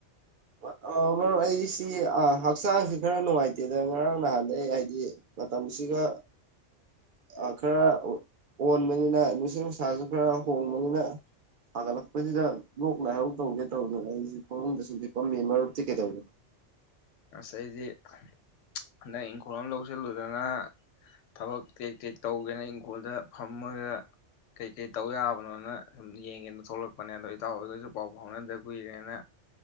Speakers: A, on the right; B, on the left.
A: ꯃ ꯑ ꯃꯔꯨꯞ ꯑꯩꯁꯤ ꯑ ꯍꯛꯆꯥꯡꯁꯤ ꯈꯔ ꯅꯨꯡꯉꯥꯏꯇꯦꯗꯅ ꯉꯔꯥꯡ ꯅꯍꯥꯟꯗꯩ ꯍꯥꯏꯗꯤ ꯃꯇꯝꯁꯤꯒ ꯑ ꯈꯔ ꯑꯣꯟꯕꯅꯤꯅ ꯅꯨꯡꯁꯤꯠ ꯅꯨꯡꯁꯥꯁꯨ ꯈꯔ ꯍꯣꯡꯕꯅꯤꯅ ꯁꯥꯒꯠꯂꯛꯄꯁꯤꯗ ꯂꯣꯛ ꯂꯥꯏꯍꯧ ꯇꯧꯒꯦ ꯇꯧꯗꯅ ꯑꯩꯁꯤꯁꯨ ꯐꯃꯨꯡꯗ ꯁꯨꯝ ꯍꯤꯞꯄꯝꯃꯤ ꯃꯔꯨꯞꯇꯤ ꯀꯩꯗꯩꯅꯣ
B: ꯑꯁ ꯑꯩꯗꯤ ꯆꯞ ꯍꯟꯗꯛ ꯏꯪꯈꯣꯜ ꯑꯝ ꯂꯧꯁꯤꯜꯂꯨꯗꯅ ꯊꯕꯛ ꯇꯦꯛ ꯇꯦꯛ ꯇꯧꯒꯦꯅ ꯏꯪꯈꯣꯜꯗ ꯐꯝꯃꯒ ꯀꯩꯀꯩ ꯇꯧ ꯌꯥꯕꯅꯣꯅ ꯁꯨꯝ ꯌꯦꯡꯒꯦꯅ ꯊꯣꯛꯂꯛꯄꯅꯦ ꯑꯗ ꯏꯇꯥꯎ ꯍꯣꯏꯔꯒꯁꯨ ꯄꯥꯎ ꯐꯥꯎꯅꯗ ꯀꯨꯏꯔꯦꯅ